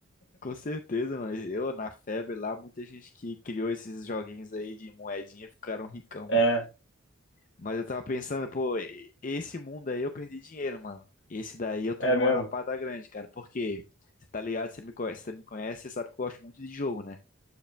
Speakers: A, on the left (about 40°); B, on the left (about 60°).
A: Com certeza, mano. Eu na febre lá, muita gente que criou esses joguinhos aí de moedinha ficaram ricão, mano.
B: É,
A: Mas eu tava pensando, pô, esse mundo aí eu perdi dinheiro, mano. Esse daí eu tomei
B: é mesmo.
A: uma lapada grande, cara. Por quê? Você tá ligado, você me conhece, você me conhece, você sabe que eu gosto muito de jogo, né?